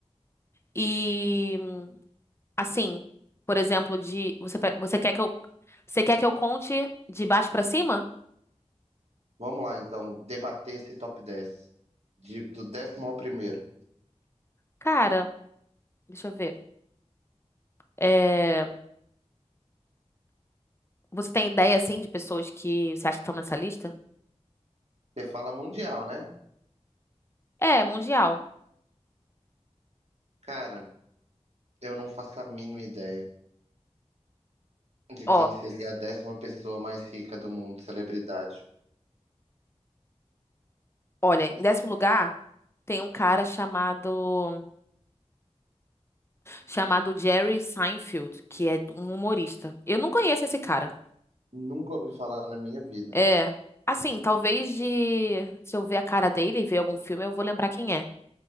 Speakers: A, on the left (about 20°); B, on the right (about 70°).
A: E assim, por exemplo, de você, pe- você quer que eu você quer que eu conte de baixo pra cima?
B: Vamos lá, então, debater esse top dez De, do décimo ao primeiro.
A: Cara, deixa eu ver. É, você tem ideia assim de pessoas que você acha que estão nessa lista?
B: Você fala mundial, né?
A: É, mundial.
B: Cara, eu não faço a mínima ideia de
A: Ó,
B: quem seria a décima pessoa mais rica do mundo, celebridade.
A: olha, em décimo lugar tem um cara chamado chamado Jerry Seinfeld, que é um humorista. Eu não conheço esse cara.
B: Nunca ouvi falar na minha vida.
A: É, assim, talvez de se eu ver a cara dele e ver algum filme, eu vou lembrar quem é.